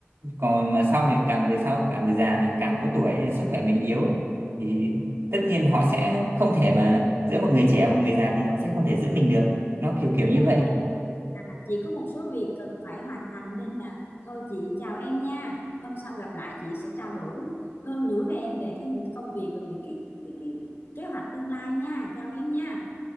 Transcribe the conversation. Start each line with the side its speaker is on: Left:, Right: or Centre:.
Right: còn mà sau này càng về sau càng về già mình càng có tuổi ấy, sức khỏe mình yếu thì tất nhiên họ sẽ không thể mà giữa một người trẻ và một người già thì họ sẽ không thể giữ mình được nó kiểu kiểu như
Left: em
Right: vậy
Left: ơi chị có một số việc cần phải hoàn thành nên là thôi chị chào em nha hôm sau gặp lại chị sẽ trao đổi hơn nữa với em về các những công việc và những cái cái cái, cái kế hoạch tương lai nha chào em nha